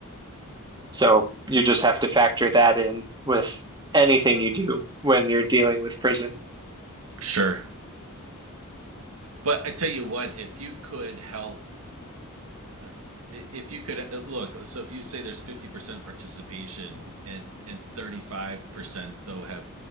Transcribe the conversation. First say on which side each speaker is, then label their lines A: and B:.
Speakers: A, on the right; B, on the right.
A: So you just have to factor that in with anything you do when you're dealing with prison.
B: Sure. But I tell you what, if you could help Uh, I- If you could, uh, look, so if you say there's 50% participation and and 35% though have